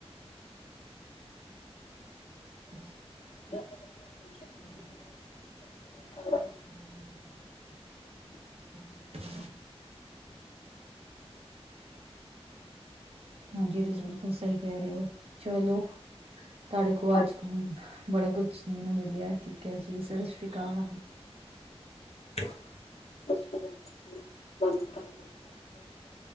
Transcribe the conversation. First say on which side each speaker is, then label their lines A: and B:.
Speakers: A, on the right (about 65°); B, on the left (about 70°).
A: <unintelligible>
B: ਸਤਿ ਸ਼੍ਰੀ <unintelligible>
A: <unintelligible> <unintelligible> ਹਾਂਜੀ ਤੁਸੀ ਬਿਲਕੁਲ ਸਹੀ ਕਹਿ ਰਹੇ ਓ। ਚਲੋ। ਤੁਹਾਡੇ ਕੋਲ
B: ਗੱਲ
A: ਅੱਜ
B: ਕਰਕੇ
A: ਬੜਾ ਕੁਛ ਸੁਣਨ ਨੂੰ ਮਿਲਿਆ ਠੀਕ ਹੈ ਜੀ ਸਤਿ ਸ੍ਰੀ ਅਕਾਲ।
B: ਸਤਿ ਸ੍ਰੀ ਅਕਾਲ ਜੀ।